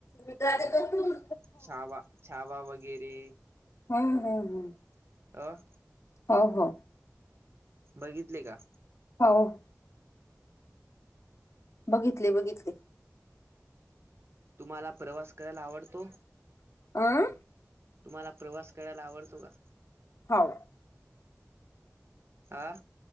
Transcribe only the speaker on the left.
मी, दाद्याचा फोन.
हम्म.. हम्.. हम्.
हो, हो.
हा, हो. बघितले-बघितले.
अं
हो.